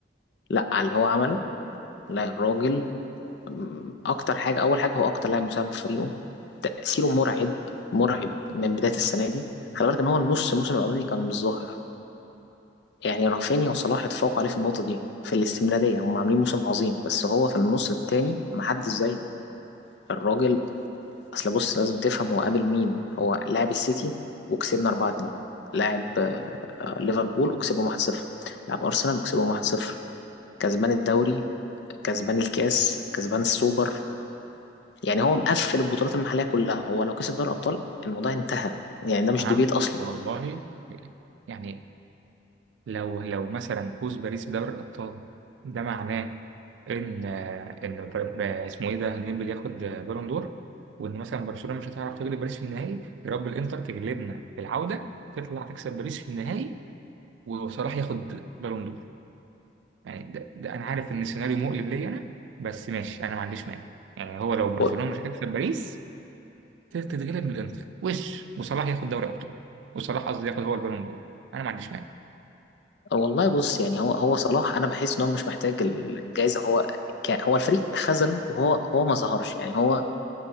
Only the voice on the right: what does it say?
نعم
والله يعني لو لو مثلا فوز باريس بدوري الابطال ده معناه ان ان بر- ب- اسمه ايه ده ديمبلي ياخد بالون دور وان مثلا برشلونة مش هتعرف تغلب باريس في النهائي يا رب الانتر تجلبنا في العودة تطلع تكسب باريس في النهائي وصلاح ياخد بالون دور يعني ده, ده انا عارف ان السيناريو مقلب ليا انا بس ماشي انا ما عنديش مانع يعني هو لو برشلونه
مش هتكسب باريس تتغلب من الانتر وش وصلاح ياخد دوري ابطال وصلاح قصدي ياخد هو البالون دور انا ما عنديش مانع